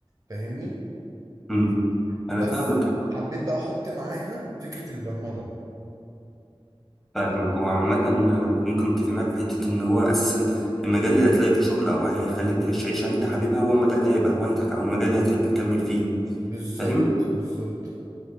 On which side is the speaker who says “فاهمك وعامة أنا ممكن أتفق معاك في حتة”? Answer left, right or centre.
Centre